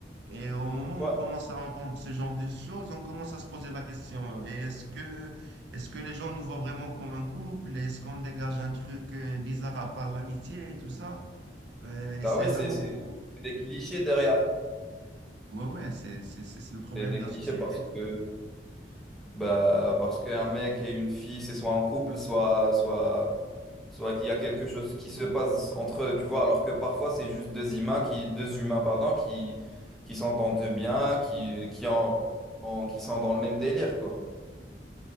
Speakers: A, on the right (about 70°); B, in the centre.
A: Et au moment
B: Ouais.
A: où on commence à entendre ce genre de choses, on commence à se poser la question, euh, est-ce que, est-ce que les gens nous voient vraiment comme un couple? Est-ce qu'on dégage un truc euh, bizarre à part l'amitié et tout ça? Euh, Et
B: Ah
A: c'est
B: oui,
A: là
B: c'est
A: où
B: c'est- c'est des clichés derrière.
A: Ouais, ouais, c'est, c'est, c'est c'est le problème
B: C'est des
A: de
B: clichés
A: la société.
B: parce que bah parce qu'un mec et une fille, c'est soit en couple, soit soit Soit qu'il y a quelque chose qui se passe entre eux, tu vois, alors que parfois c'est juste deux humains qui, deux humains, pardon, qui, qui s'entendent bien, qui, qui, en, en- qui sont dans le même délire, quoi.